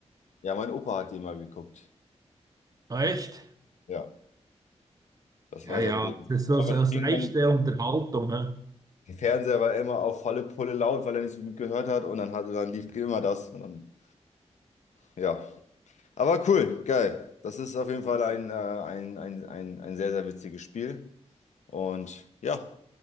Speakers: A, on the left; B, on the right.
A: Ja, mein Opa hat die immer geguckt.
B: Ah, echt?
A: Ja, das
B: Ja,
A: war
B: ja,
A: sein Ding.
B: das ist so,
A: Immer
B: so
A: wenn
B: das
A: ich hingegangen
B: Reich der
A: bin.
B: Unterhaltung. Hä?
A: Der Fernseher war immer auf volle Pulle laut, weil er nicht so gut gehört hat und dann hatte dann lief immer das. Und dann, ja. Aber cool, geil. Das ist auf jeden Fall ein, äh, ein, ein, ein, ein sehr, sehr witziges Spiel. Und ja.